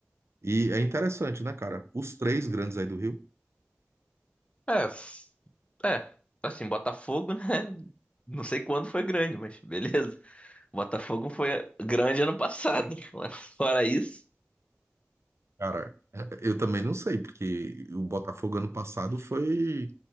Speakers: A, on the right (about 80°); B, on the left (about 25°).
A: E é interessante, né, cara? Os três grandes aí do Rio
B: É, f- é, assim, Botafogo, <laughs> né? Não sei quando foi grande, mas beleza. O Botafogo foi grande ano passado, <laughs> mas fora isso,
A: Cara, eu também não sei, porque o Botafogo ano passado foi.